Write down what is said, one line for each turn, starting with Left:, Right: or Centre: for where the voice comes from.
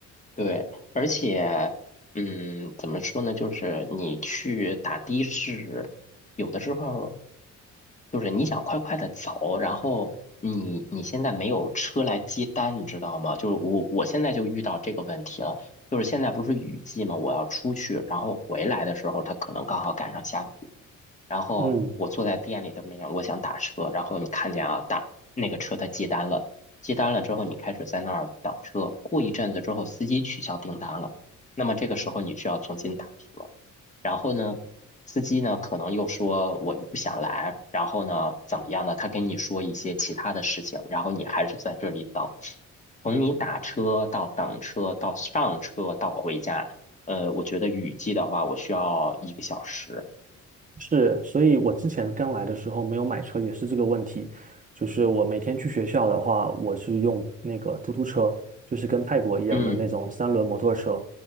Left: 对，而且，嗯，怎么说呢？就是你去打的士，有的时候就是你想快快的走，然后你你现在没有车来接单，你知道吗？就是我我现在就遇到这个问题了，就是现在不是雨季嘛，我要出去，然后回来的时候，它可能刚好赶上下雨。然后我坐在店里的门面，
Right: 嗯。
Left: 我想打车，然后你看见啊，打那个车他接单了，接单了之后，你开始在那儿等车，过一阵子之后，司机取消订单了，那么这个时候你需要重新打车，然后呢，司机呢可能又说我又不想来，然后呢怎么样呢？他跟你说一些其他的事情，然后你还是在这里等，从你打车到等车到上车到回家，呃，我觉得雨季的话，我需要一个小时。
Right: 是，所以我之前刚来的时候没有买车也是这个问题，就是我每天去学校的话，我是用那个突突车，就是跟泰国一样的那种三轮摩托车。
Left: 嗯。